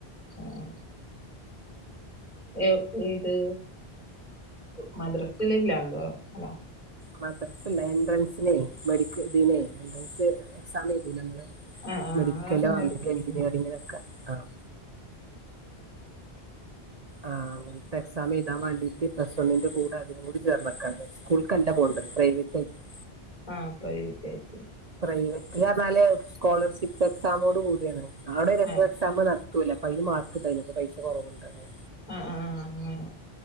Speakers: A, on the left; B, on the right.
A: ആഹ് ഏപ്രിൽ ത് മദ്രസ് ല് ല്ലന്തോ അങ്ങനാ
B: മദ്രസല്ല എൻട്രൻസിനെ മെഡിക്കൽ ഇതിനെ എൻട്രൻസ് എക്സാം എയ്തൂലെ അമ്മള്
A: ആ ആ
B: മെഡിക്കലോ
A: അതറിഞ്ഞാരുന്നു
B: അല്ലെങ്കിൽ എഞ്ചിനീയറിങ്ങിനൊക്കെ ആഹ് ആഹ് അങ്ങനത്തെ എക്സാം എഴുതാൻ വേണ്ടിട്ട് പ്ലസ് വണ്ണിൻ്റെ കൂടെ അതിനും കൂടി ചേർന്നെക്കാണ് സ്കൂൾ ക്കണ്ട പോണ്ടത് പ്രൈവറ്റ് ആയിറ്റ്
A: ആഹ് പ്രൈവറ്റ് ആയിറ്റ്
B: പ്രൈവറ്റ് അറഞ്ഞാല് സ്കോളർഷിപ്പ് എക്സാമോട് കൂടിയാണ് അവിടെ <unintelligible>
A: ആ
B: എക്സാം കിട്ടൂലെ അപ്പ അയ്ല് മാർക്ക് ണ്ടായ്നി അപ്പ പൈസ കൊറവ്ണ്ട് അങ്ങനെ
A: അഹ് ആഹ് അങ്ങനെ